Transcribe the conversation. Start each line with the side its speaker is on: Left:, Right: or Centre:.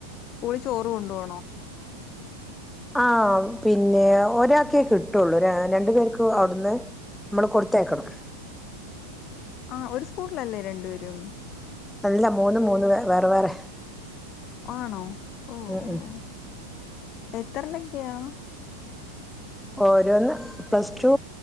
Left: സ്കൂളിൽ ചോറ് കൊണ്ടു പോണോ
Centre: ആ പിന്നെ ഒരാൾക്കേ കിട്ടുള്ളൂ ഒ രണ്ടു പേർക്ക് അവിടുന്ന് നമ്മള് കൊടുത്ത് അയക്കണം
Left: ആ ഒരു സ്കൂളിലല്ലേ രണ്ടുപേരും
Centre: അല്ല മൂന്നൂം മൂന്ന് വേറെ വേറെ
Left: ആണോ ഓ ഓ
Centre: ഉം ഉം
Left: ഓ എത്ര ലക്കയാ
Centre: ഓ ഓരോന്ന് പ്ലസ് ടു